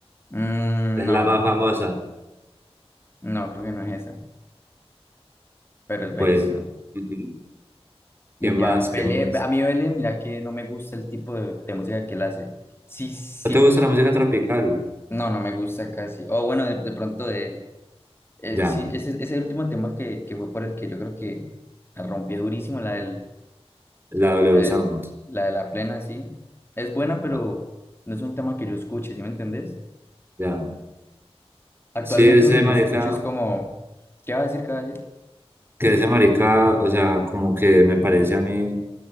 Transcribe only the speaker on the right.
Es
la más famosa.
Pues. ujú.
¿Qué más?
¿Qué
más?
¿No te gusta la música tropical?
Ya,
la W
Sound.
Ya.
ya.
Sí, ese
marica,
que ese marica, o sea, como que me parece a mí